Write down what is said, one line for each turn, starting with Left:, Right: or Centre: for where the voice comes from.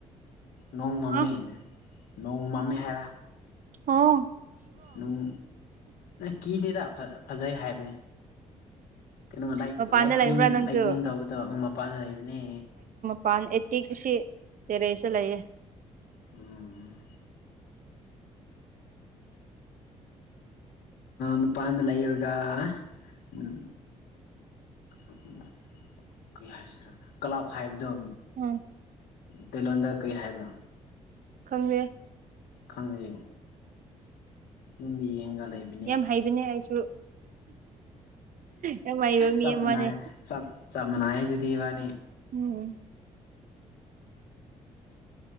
Left: ꯅꯣꯡ ꯃꯃꯤ
Right: ꯑ
Left: ꯅꯣꯡꯃꯃꯤ ꯍꯥꯏꯔꯥ
Right: ꯑ
Left: ꯅꯨꯡ ꯀꯤꯗꯦꯗ ꯐꯖꯩ ꯍꯥꯏꯕꯅꯦ ꯀꯩꯅꯣ
Right: ꯃꯄꯥꯟꯗ
Left: ꯂꯥꯏꯅꯤꯡ
Right: ꯂꯩꯕ꯭ꯔꯥ ꯅꯪꯁꯨ
Left: ꯂꯥꯏꯛꯅꯤꯡ ꯇꯧꯕꯗꯕ ꯃꯄꯥꯟꯗ ꯂꯩꯕꯅꯦ
Right: ꯋꯥꯥꯟ ꯑꯩꯠꯇꯤꯁꯤ ꯇꯦꯔꯦꯁ ꯂꯩꯌꯦ
Left: ꯎꯝ ꯃꯄꯥꯟꯗ ꯂꯩꯔꯒ ꯎꯝ ꯎꯝ ꯀꯔꯤ ꯍꯥꯏꯁꯤꯔꯥ ꯀ꯭ꯂꯕ ꯍꯥꯏꯕꯗꯣ
Right: ꯎꯝ
Left: ꯇꯩꯂꯣꯟꯗ ꯀꯔꯤ ꯍꯥꯏꯕ꯭ꯔꯥ
Right: ꯈꯪꯒꯦ
Left: ꯈꯪꯗꯦ ꯑꯗꯨꯝꯡꯒ ꯂꯩꯕ
Right: ꯌꯥꯝ ꯍꯩꯕꯅꯦ ꯑꯩꯁꯨ ꯌꯥꯝ ꯍꯩꯕ ꯃꯤ
Left: ꯆꯞ
Right: ꯑꯃꯅꯦ
Left: ꯃꯥꯟꯅꯩ ꯆꯞ ꯆꯅꯥꯏꯗꯨꯗꯕꯥꯅꯤ
Right: ꯎꯝ